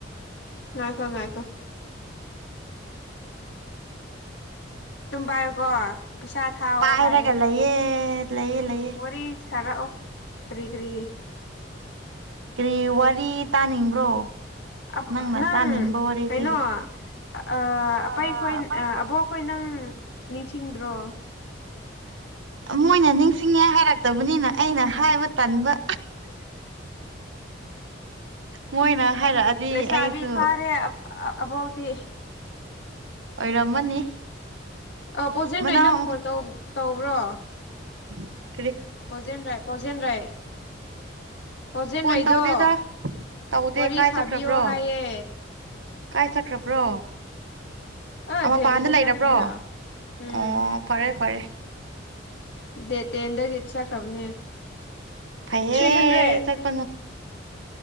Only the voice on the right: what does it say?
ꯄꯥꯏꯔꯒ
ꯂꯩꯌꯦ ꯂꯩꯌꯦ
ꯂꯩꯌꯦ
ꯀꯔꯤ ꯋꯥꯔꯤ ꯇꯥꯅꯤꯡꯕ꯭ꯔꯣ
ꯅꯪꯅ
ꯇꯥꯅꯤꯡꯕ ꯋꯥꯔꯤꯁꯦ
ꯑ
ꯑꯩꯈꯣꯏ
ꯃꯣꯏꯅ ꯅꯤꯡꯁꯤꯡꯉꯦ ꯍꯥꯏꯔꯛꯇꯕꯅꯤꯅ ꯑꯩꯅ ꯍꯥꯏꯕ ꯇꯟꯕ ꯃꯣꯏꯅ ꯍꯥꯏꯔꯛꯑꯗꯤ
ꯑꯩꯁꯨ
ꯑꯣꯏꯔꯝꯃꯅꯤ
ꯃꯅꯥꯎ
<unintelligible>
ꯐꯣꯟ ꯇꯧꯗꯦꯗ ꯇꯧꯗꯦ
ꯀꯥꯏ
ꯆꯠꯈ꯭ꯔꯕ꯭ꯔꯣ
ꯀꯥꯏ ꯆꯠꯈ꯭ꯔꯕ꯭ꯔꯣ
ꯃꯄꯥꯟꯗ ꯂꯩꯔꯕ꯭ꯔꯣ
ꯑꯣ ꯐꯔꯦ ꯐꯔꯦ
ꯐꯩꯌꯦ
ꯆꯠꯄꯅ